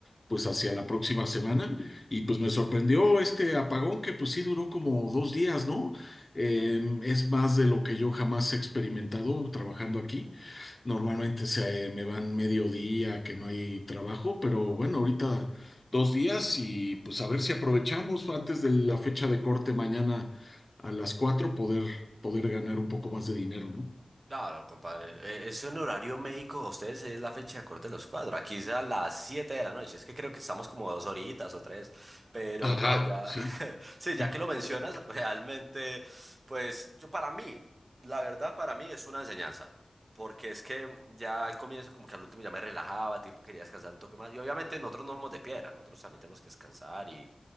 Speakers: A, on the left; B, on the right.
A: pues hacia la próxima semana y pues me sorprendió este apagón que pues sí duró como dos días, ¿no? Eh, es más de lo que yo jamás he experimentado trabajando aquí. Normalmente se me van mediodía, que no hay trabajo, pero bueno, ahorita dos días y pues a ver si aprovechamos antes de la fecha de corte mañana a las cuatro poder, poder ganar un poco más de dinero, ¿no?
B: Claro, compadre. eh, Eso en horario México, a ustedes es la fecha de corte de los cuadros. Aquí es a las 7 de la noche. Es que creo que estamos como dos horitas o tres. Pero
A: Ajá,
B: no, ya.
A: sí,
B: <laughs> Sí, ya que
A: <laughs>
B: lo mencionas, <laughs> realmente, pues yo para mí, la verdad, para mí es una enseñanza. Porque es que ya al comienzo, como que al último ya me relajaba, tipo, quería descansar un toque más. Y obviamente nosotros no somos de piedra, nosotros también tenemos que descansar y